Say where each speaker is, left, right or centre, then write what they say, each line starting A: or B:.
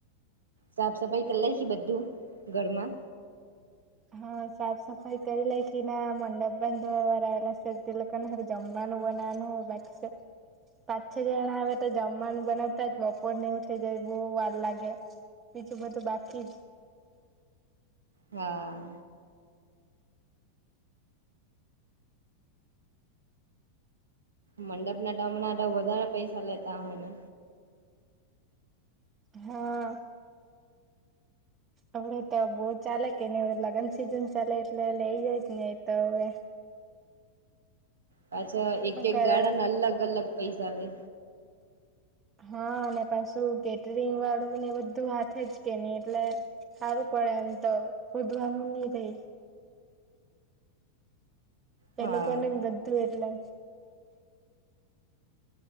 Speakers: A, on the right (about 75°); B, on the right (about 25°).
A: સાફ સફાઈ કરલાય છે બધું ઘરમાં?
B: હા સાફ સફાઈ તો એ ના મંડપ ધોયેલા તમે જમવાનું પણ જોવાનું <unintelligible> પાંચ છ જણા આવે તો જમવાનું બનાવતા જ બપોર નઈ ઉઠી જાય બહુ વાર લાગે બીજુંભધ બાકી
A: હા મંડપ ના ટામણા તો વધારેા પૈસા લેતા હને
B: હા અમને તો બઉ ચાલે કે ન લગ્ન સિઝન ચાલે એટલે લઇ જાયજ ને તો હવે
A: પાછા
B: શું
A: એક એક
B: કરે
A: ગાળાના અલગ અલગ પૈસા આવે
B: હા અને પાછું કેટરિંગ વાળું ને બધું હાથે જ કે નહી એટલે સારું પણ એમ તો ખોદવાનું નહીં રે.
A: હા
B: એ લોકો ને બધું એટલે